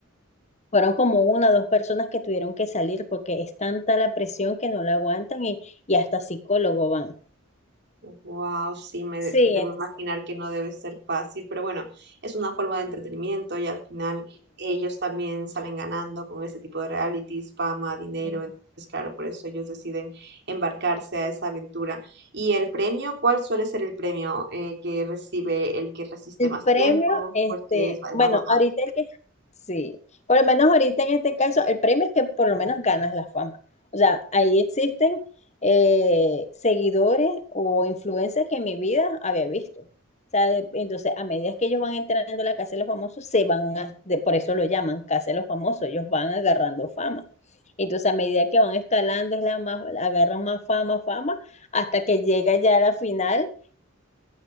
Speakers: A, on the left; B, on the right.
A: fueron como una o dos personas que tuvieron que salir porque es tanta la presión que no la aguantan y, y hasta psicólogo van.
B: Wow, sí, me
A: Sí,
B: debo
A: entonces,
B: imaginar que no debe ser fácil, pero bueno, es una forma de entretenimiento y al final ellos también salen ganando con ese tipo de realities, fama, dinero,
A: sí.
B: entonces claro, por eso ellos deciden embarcarse a esa aventura. ¿Y el premio? ¿Cuál suele ser el premio eh, que recibe el que resiste
A: El
B: más
A: premio,
B: tiempo
A: este,
B: o el que es el
A: bueno,
B: más votado?
A: ahorita el que, sí, por lo menos ahorita en este caso, el premio es que por lo menos ganas la fama. O sea, ahí existen eh, seguidores o influencers que en mi vida había visto. O sea, de- entonces, a medida que ellos van entrando a la Casa de los Famosos, se van a, de- por eso lo llaman Casa de los Famosos, ellos van agarrando fama. Entonces, a medida que van escalando, es la más, agarran más fama, fama, hasta que llega ya a la final